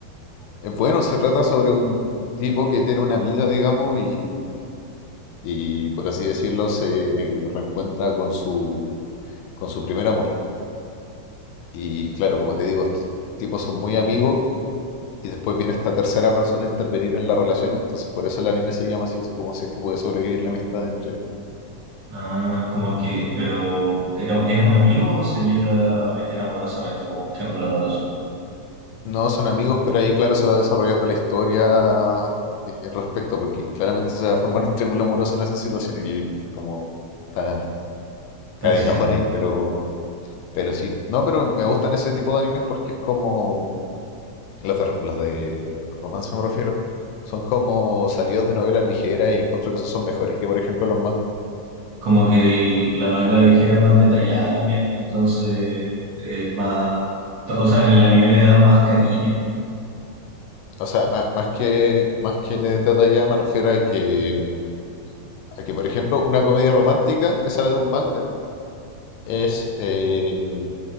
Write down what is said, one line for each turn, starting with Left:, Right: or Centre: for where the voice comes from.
Left: es bueno, se trata sobre un, un tipo que tiene una amiga, digamos, y, y por así decirlo, se eh, reencuentra con su, con su primer amor. Y claro, como te digo, estos tipos son muy amigos Y después viene esta tercera persona a intervenir en la relación. Entonces, por eso el anime se llama así, así como si es que puede sobrevivir la amistad entre,
Right: Ah, como
Left: entre-
Right: que, pero ¿era, es un amigo o se llega a meter amorosamente como un triángulo amoroso?
Left: No son amigos, pero ahí, claro, se va desarrollando la historia eh, respecto, porque claramente se va a formar un triángulo amoroso en esas situaciones. Y es como. Está,
Right: Está
Left: cae
Right: diciendo.
Left: de cajón ahí, pero. Pero sí. No, pero me gustan ese tipo de animes porque es como. Los de, los de romance me refiero. Son como salidos de novelas ligeras y encuentro que esos son mejores que, por ejemplo, los mangas.
Right: Como que el- la novela ligera es más detallada también, entonces eh, más, o sea, en el anime le dan más cariño.
Left: O sea, má- más, que, más que detallada me refiero a que, a que, por ejemplo, una comedia romántica que sale de un manga es eh,